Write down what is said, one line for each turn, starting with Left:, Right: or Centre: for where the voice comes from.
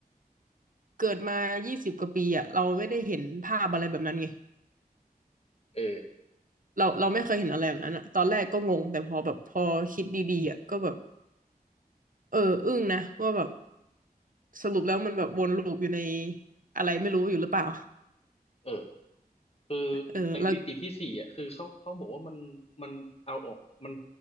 Right: เกิดมายี่สิบกว่าปีอะเราไม่ได้เห็นภาพอะไรแบบนั้นไง
Left: เออ
Right: เราเราไม่เคยเห็นอะไรแบบนั้นอะตอนแรกก็งงแต่พอแบบพอคิดดีๆอะก็แบบเอออึ้งนะว่าแบบ สรุปแล้วมันแบบวนลูปอยู่ในอะไรไม่รู้อยู่หรือเปล่า
Left: เออคือไอ้มิติที่สี่อ่ะคือเขาเขาบอกว่ามันมันเอาออกมัน
Right: เออแล้ว